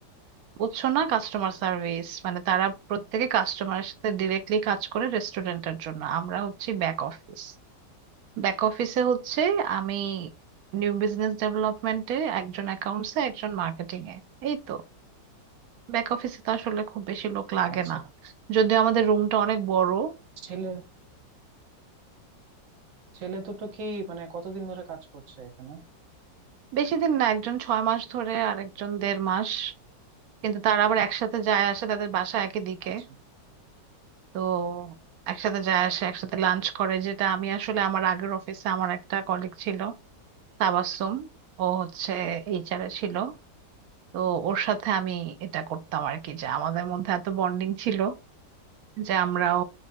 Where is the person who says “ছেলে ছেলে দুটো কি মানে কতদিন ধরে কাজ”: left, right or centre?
Right